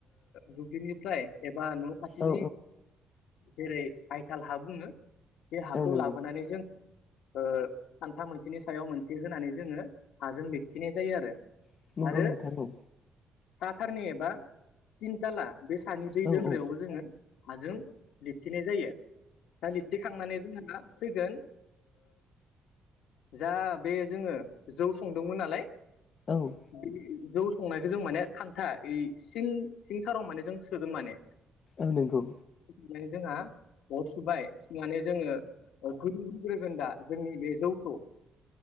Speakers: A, on the left; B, on the left.
A: दुब्लिनिफ्राय एबा न' खाथिनि
B: औ
A: जेरै आइथाल हा बुङो बे हाखौ
B: औ नंगौ
A: लाबोनानै जों खान्था मोनसेनि सायाव मोनसे होनानै जोङो हाजों बेखौ लिरथेनाय जायो आरो
B: औ
A: आरो
B: नंगौ नोंथां
A: साथारनि एबा तिनथाला बे सानि दै
B: औ
A: दोनग्रायावबो
B: औ
A: जोङो हाजों लिरथिनाय जायो दा लिरथिखांनानै जोङो दा फैगोन जा बे जोङो जौ संदोंमोन नालाय
B: औ
A: बि जौ संनायखौ जों माने खान्था ओइ सिं सिंथाराव माने जों सोगोन माने
B: औ नंगौ
A: नानै जोंहा अरबाय सुनानै जोङो गोदौहोग्रोगोन दा जोंनि बे जौखौ